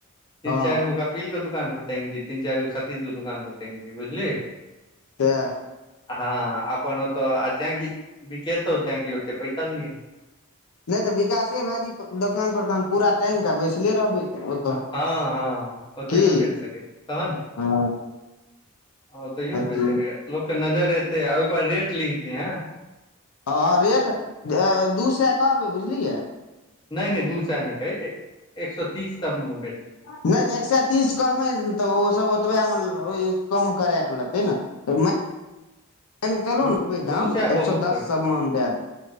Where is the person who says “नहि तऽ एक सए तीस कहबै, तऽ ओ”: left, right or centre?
Left